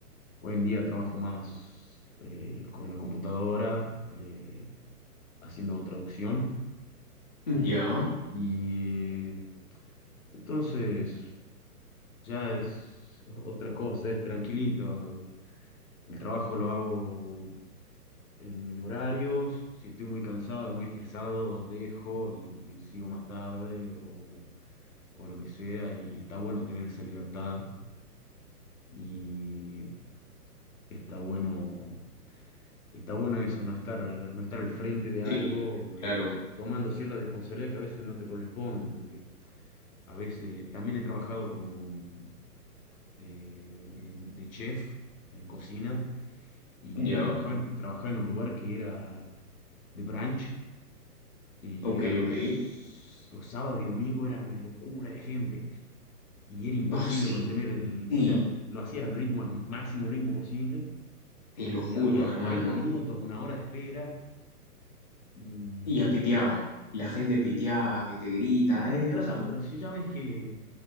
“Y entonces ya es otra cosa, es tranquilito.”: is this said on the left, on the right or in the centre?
Left